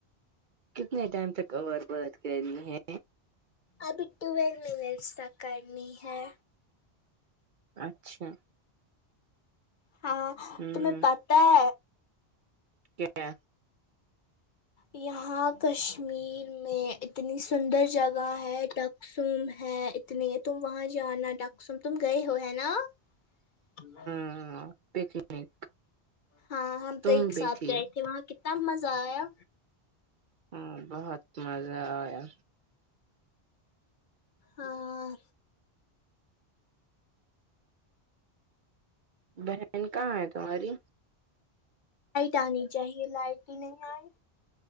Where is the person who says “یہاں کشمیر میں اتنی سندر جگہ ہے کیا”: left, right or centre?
Left